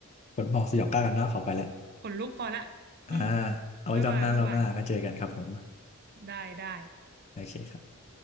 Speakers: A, on the left; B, on the right.
A: ผลบอกสยองกล้ากันมากขอไปแล้ว
B: ขนลุกพอละอืม
A: อ่า
B: อืมบ๊ายบายบ๊ายบาย
A: เอาไว้รอบหน้ารอบหน้าก็เจอกันครับผม
B: ได้ได้
A: โอเคครับ